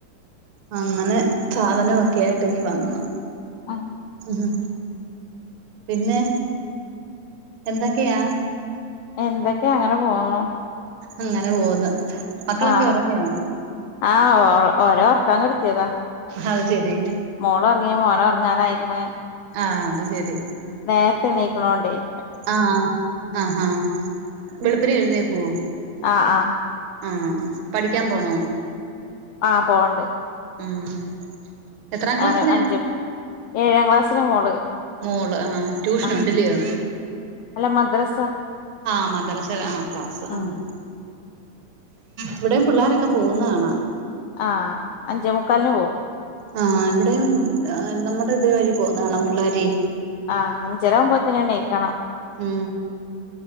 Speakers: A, on the right (about 65°); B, on the left (about 80°).
A: അങ്ങനെ സാധനൊക്കെയായിട്ട് ഇങ്ങ് വന്നു.
B: ആഹ്
A: ഉഹ് പിന്നെ എന്തൊക്കെയാ
B: എന്തൊക്കെ അങ്ങനെ പോണു.
A: അങ്ങനെ പോവ്ന്ന്, മക്കളൊക്കെ
B: ആഹ്
A: ഒറങ്ങിയാ?
B: ആഹ് ഓ ഓരൊർക്കാൻ കെട്ത്ത്യെതാ
A: അഹ്ശെരി
B: മോളർങ്ങി മോനൊർങ്ങാനായിക്ക്ണ്.
A: ആഹ് അത് ശെരി
B: നേര്ത്തെണീക്ക്ണോണ്ടേയ്
A: ആഹ ആഹ വെളുപ്പിനെ എഴുന്നേക്കൊ?
B: ആഹ് ആഹ്
A: ഉം പഠിക്കാൻ പോണോ?
B: ആഹ് പോവാണ്ട്
A: ഉം എത്രാം ക്ലാസ്സിലാ
B: ആറ അഞ്ച് ഏഴാം ക്ലാസ്സിലാ മോള്
A: മോള് ആഹ് ട്യൂഷൻ
B: ആഹ്
A: ഉണ്ടില്ലിയോ?
B: അല്ല മദ്രസ
A: ആഹ് മദ്റസ ആഹ് ക്ലാസ്
B: ഉം
A: ആഹ് ഇവടേം പിള്ളോരൊക്കെ പോകുന്നകാണാ
B: ആഹ് അഞ്ചേ മുക്കാലിന് പോവും.
A: ആഹ് ഇവിടേം നമ്മടെ ഇത് വഴി പോന്നാണ് പിള്ളേരെയ്
B: ആഹ് അഞ്ചരാവുമ്പോത്തിന് എണീക്കണം
A: ഉം